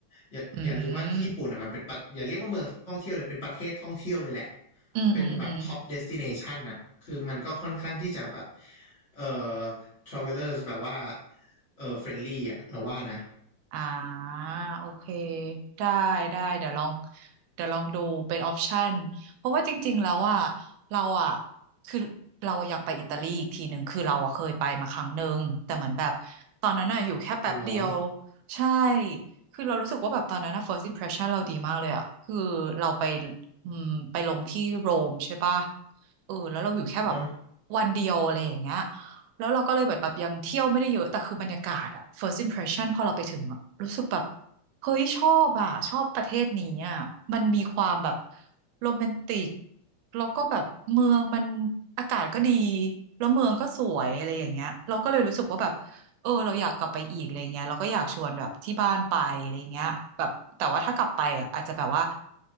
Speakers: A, on the left; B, on the right.
A: อย่าอย่าลืมว่าที่ญี่ปุ่นอ่ะมันเป็นประอย่าเรียกว่าเมืองท่องเที่ยวเลยเป็นประเทศท่องเที่ยวเลยแหละ
B: อืมอืมอืมอืม
A: เป็นแบบท็อปเดสติเนชันอ่ะคือมันก็ค่อนข้างที่จะแบบเอ่อ travelers แบบว่าเอ่อ friendly อ่ะเราว่านะ
B: อ่าโอเคได้ได้เดี๋ยวลองเดี๋ยวลองดูเป็นออปชันเพราะว่าจริงๆแล้วอ่ะเราอ่ะคือเราอยากไปอิตาลีอีกทีหนึ่งคือเราอ่ะเคยไปมาครั้งหนึ่งแต่เหมือนแบบตอนนั้นอ่ะอยู่แค่แป๊บเดียว
A: เออเหรอ
B: ใช่คือเรารู้สึกว่าแบบตอนนั้นอ่ะ first impression เราดีมากเลยอ่ะคือเราไปอืมไปลงที่โรมใช่ปะเออแล้วเราอยู่แค่แบบ
A: อะ
B: วันเดียวอะไรอย่างเงี้ย แล้วเราก็เลยแบบแบบยังเที่ยวไม่ได้เยอะแต่คือบรรยากาศอะ first impression พอเราไปถึงอะรู้สึกแบบเฮ้ยชอบอะชอบประเทศนี้อะมันมีความแบบโรแมนติกแล้วก็แบบเมืองมันอากาศก็ดีแล้วเมืองก็สวยอะไรอย่างเงี้ยเราก็เลยรู้สึกว่าแบบ เออเราอยากกลับไปอีกอะไรเงี้ยเราก็อยากชวนแบบที่บ้านไปอะไรเงี้ยแบบแต่ว่าถ้ากลับไปอ่ะอาจจะแบบว่า